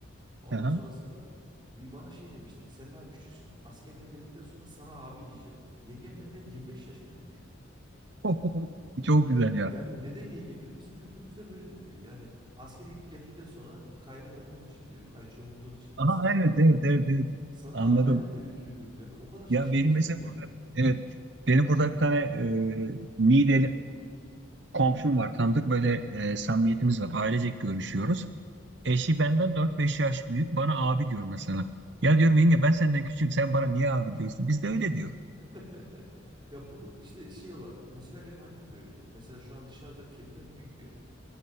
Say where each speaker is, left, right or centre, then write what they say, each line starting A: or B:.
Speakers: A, on the right; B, on the right.
A: Ondan
B: Aha.
A: sonrasında e, bana şey demişti. Sen daha küçüksün. Askerden geldikten sonra sana abi diyeceğim. Yengem benden 25 yaş büyük.
B: <laughs>
A: Ni-
B: Çok güzel ya.
A: yani neden yenge diyorum? Bizim kültürümüzde böyledir diyor. Yani askere gidip geldikten sonra kaynım olduğun için diyor. Kayınçom olduğun için
B: Aha
A: sana
B: evet evet evet, evet.
A: sana
B: anladım.
A: abi demem gerekiyor diyordu. Yani o kadar şaşırmıştım
B: Ya benim mesela
A: ki.
B: burada evet benim burada bir tane e, Niğdeli komşum var tanıdık böyle e, samimiyetimiz var ailecek görüşüyoruz. Eşi benden dört beş yaş büyük bana abi diyor mesela. Ya diyorum yenge ben senden küçüğüm sen bana niye abi diyorsun? Biz de
A: Evet.
B: öyle diyor.
A: <laughs> Ya bu işte şey olarak mesela benim annem de öyledir. Mesela şu an dışarıda kendinden büyük bir